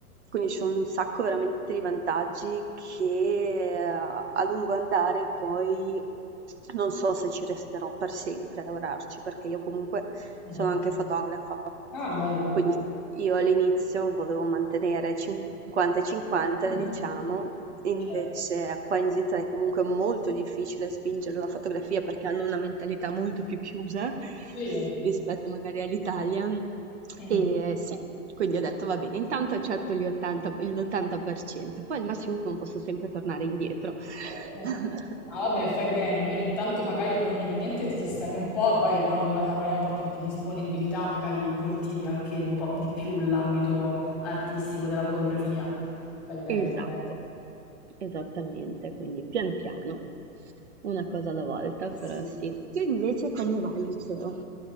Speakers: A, on the right; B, in the centre.
A: quindi c'è un sacco veramente di vantaggi che eh, a lungo andare poi non so se ci resterò per sempre a lavorarci perché io comunque
B: Mhm.
A: sono anche fotografa,
B: Ah, bello.
A: quindi io all'inizio volevo mantenere 50 e 50,
B: Mh-mh.
A: diciamo, invece
B: Certo.
A: qua in Svizzera è comunque molto difficile spingere la fotografia perché hanno una mentalità molto più chiusa
B: Sì.
A: rispetto magari all'Italia.
B: Mh.
A: E sì, quindi ho detto va bene, intanto accetto gli 80 l'80%, poi al massimo posso sempre tornare indietro.
B: Certo.
A: <laughs>
B: Ah vabbè, fai bene, almeno intanto magari economicamente ti sistemi un po', poi quando av avrai un po' più di disponibilità magari coltivi anche un po' di più l'ambito artistico della fotografia. Fai bene,
A: Esatto.
B: fai bene.
A: Esattamente, quindi pian piano, una cosa alla volta,
B: Ma
A: però
B: Sì.
A: sì. Tu invece come vai al liceo?